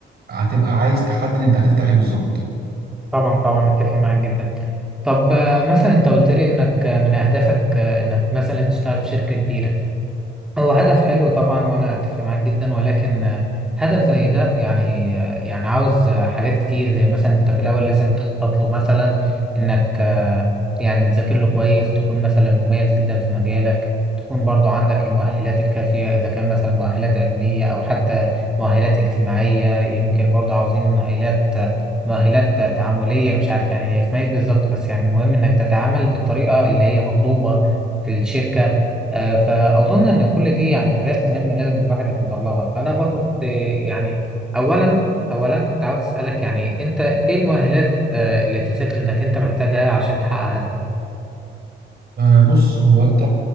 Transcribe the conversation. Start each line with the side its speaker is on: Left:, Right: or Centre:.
Right: هتبقى عايز تحدد انت هتفتح ايه بالظبط
Centre: طبعا طبعا اتفق معاك جدا طب آه، مثلا انت قلت لي انك آه، من اهدافك آه، انك مثلا تشتغل في شركة كبيرة هو هدف حلو طبعا وانا اتفق معاك جدا ولكن آه، هدف زي ده يعني آه، يعني عاوز آه، حاجات كتير زي مثلا انت في الاول لازم تخطط له مثلا انك آه، يعني تذاكر له كويس تكون مثلا مميز جدا في مجالك تكون برضو عندك المؤهلات الكافية اذا كان مثلا مؤهلات علمية او حتى مؤهلات اجتماعية يمكن برضو عاوزين مؤهلات مؤهلات تعاملية مش عارف يعني هي اسمها ايه بالظبط بس يعني مهم انك تتعامل بالطريقة اللي هي مطلوبة في الشركة آه، فأظن إن كل دي يعني حاجات مهمة لازم الواحد يحضر لها فأنا برضو كنت يعني أولا أولا كنت عاوز أسألك يعني أنت إيه المؤهلات آه، اللي تفتكر إنك أنت محتاجها عشان تحقق هدفك؟
Right: آه، بص هو انت